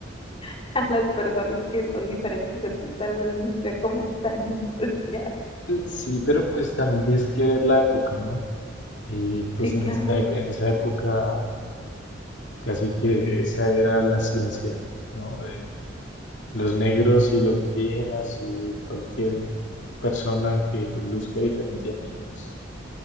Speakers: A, on the left; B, on the left.
A: <laughs> a las personas que son diferentes a ti, tal vez no sea como tan <laughs> imparcial.
B: Eh, Sí, pero pues también tienes que ver la época, ¿no? Y pues
A: Sí,
B: en
A: claro.
B: esta, ep- en esa época casi que esa era la ciencia, ¿no? De los negros y los indígenas y cualquier persona que luzca diferente a mí, pues